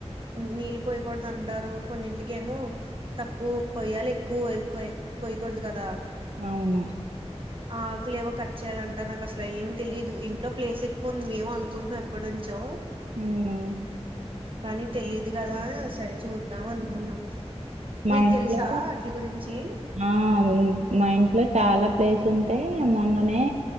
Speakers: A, on the right; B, on the right.
A: నీళ్ళు పోయకూడదంటారు. కొన్నీట్లకేమో తక్కువ పొయ్యాలి ఎక్కువ క్వై పొయ్యకూడదు కదా?
B: ఔను
A: ఆకులు ఏవో కట్ చేయాలంట. నా కస్ ట్ల ఏం తెలియదు ఇంట్లో ప్లేస్ ఎక్కువ ఉంది. మేమూ అనుకుంటున్నాం, ఎప్పటి నుంచో
B: అవునా?
A: కనీ తెలియదు గదా. సరే, చూద్దాం అనుకున్నం.
B: మా
A: మీకు
B: ఇంట్లో
A: తెలుసా అట్ల గురించీ?
B: ఆ అదే, మా ఇంట్లో చాలా ప్లేస్ ఉంటే మొన్ననే